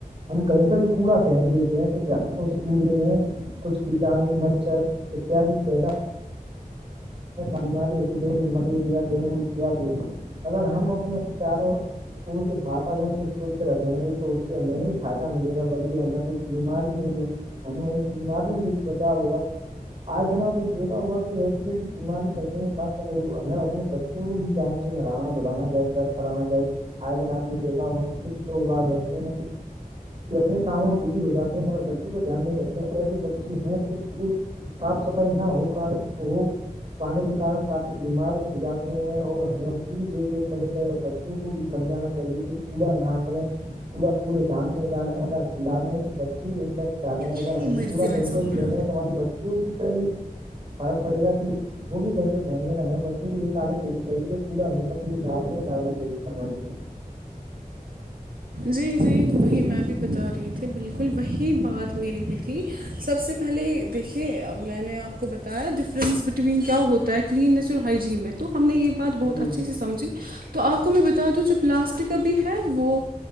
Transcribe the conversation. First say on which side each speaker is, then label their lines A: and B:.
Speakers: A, on the right; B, on the right.
A: ہم کہیں پہ بھی کوڑا پھینک دیتے ہیں تو ج اس کوڑے میں کچھ کیٹاانو مچھر اتیاد پیدا بیماری ہوتی جیسے ملیریا ڈینگو اتیاد ہوتی اگر ہم اپنے چاروں پور کے واتاورن کو شھ رکھیں گے تو اس سے ہمیں ہی فائدہ ملے گا بلکہ ہمیں کوئی بیماری نہیں لگ سک ہمیں بیماریوں سے بھی بچاؤ ہوگا آج جناب آپ نے دیکھا ہوگا کہ ایسی جیسی بیماری چل رہی ہیں صاف صفائی ہمیں اپنے بچوں کو بھی ٹائم سے نہلانا دھلانا چاہے برش کرانا چاہیے آئے دن آپ نے دیکھا ہو کہ کچھ لوگ بگ ایسے ہیں کہ اپنے کاموں میں بزی ہو جاتے ہیں مگر بچوں پ دھیان نہیں رکھتے ہیں ایسے بچے ہیں کچھ جو صاف سفائی نہ ہو کار ہو پانی کے کار کافی بیمار ہو جاتے ہیں اور ہمیں ان کی بھی دیکھ ریکھ کرنی چاہیے اور کو بھی سمجھانا چاہیے کہ کوڑا نہ کریں کوڑا کوڑے دان میں ڈالیں اگر ہم ڈالیں تو بچے بھییکٹ ڈالیں گے اگر
B: اتنی
A: ہم
B: مرضی
A: کوڑا
B: میں
A: کہیں
B: سو
A: پہ بھی
B: بولا
A: پہن گے ہیں تو ہمارے بچوں پہ بھی فرق پڑے گا کہ وہ بھی کہیں پہ فیملے نہ ہویں بچوں کو یہ تعلیم دیین چاہیے کہ کوڑا ہمیشہ کوڑی دان میں ڈالنا چاہیے فرمائیے
B: جی جی وہی میں بھی بتا رہی تھی بالکل وہی بات میری بھی تھی سب سے پہلے دیکھیے میں نے آپ کو بتایا ڈفرینس بٹوین کیا ہوتا ہے کلیننیس اور ہائیجین میں تو ہم نے یہ بات بہت
A: جی
B: اچھے
A: جی
B: سے سمجھی تو آپ کو میں بتا دوں جو پلاسٹک کا بھی ہے وہ